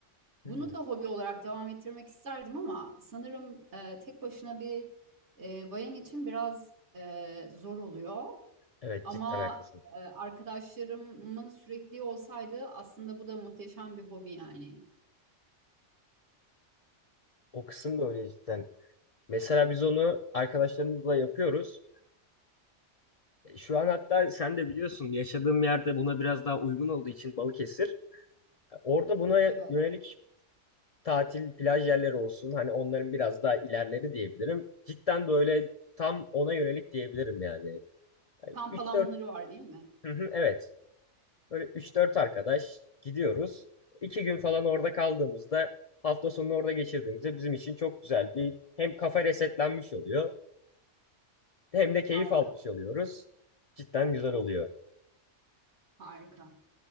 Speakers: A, on the right; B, on the left.
A: Bunu
B: Hı.
A: da hobi olarak devam ettirmek isterdim ama sanırım e, tek başına bir e, bayan için biraz e, zor oluyor.
B: Evet
A: Ama
B: cidden haklısın.
A: e, arkadaşlarımın sürekli olsaydı aslında bu da muhteşem bir hobi yani.
B: O kısım da öyle cidden. Mesela biz onu arkadaşlarımızla yapıyoruz. Şu an hatta sen de biliyorsun yaşadığım yerde buna biraz daha uygun olduğu için Balıkesir. Orada buna
A: Evet.
B: yönelik tatil plaj yerleri olsun. Hani onların biraz daha ilerleri diyebilirim. Cidden böyle tam ona yönelik diyebilirim yani. Yani
A: Kamp
B: 3-4
A: alanları var değil mi?
B: Hı hı, evet. Böyle üç dört arkadaş gidiyoruz. 2 gün falan orada kaldığımızda hafta sonunu orada geçirdiğimizde bizim için çok güzel bir hem kafa resetlenmiş oluyor hem de keyif
A: Harika,
B: almış oluyoruz. Cidden güzel oluyor.
A: harika.